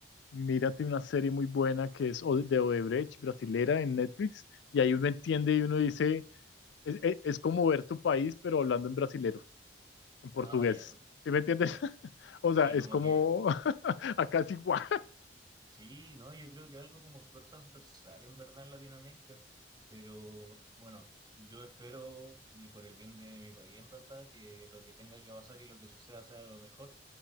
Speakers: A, on the left; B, on the right.
A: Mírate una serie muy buena que es Ode- de Odebrecht, brasilera, en Netflix, y ahí uno entiende y uno dice, es, es- es como ver tu país, pero hablando en brasilero, en portugués.
B: Ah, ya, uh,
A: ¿Sí me entiendes?
B: claro.
A: <laughs> O
B: Sí,
A: sea, es
B: como
A: como,
B: que,
A: <laughs> acá es igual.
B: sí, no, yo creo que algo como súper transversal en verdad en Latinoamérica, pero bueno, yo espero y por el bien de mi país en verdad que lo que tenga que pasar y lo que suceda sea lo mejor,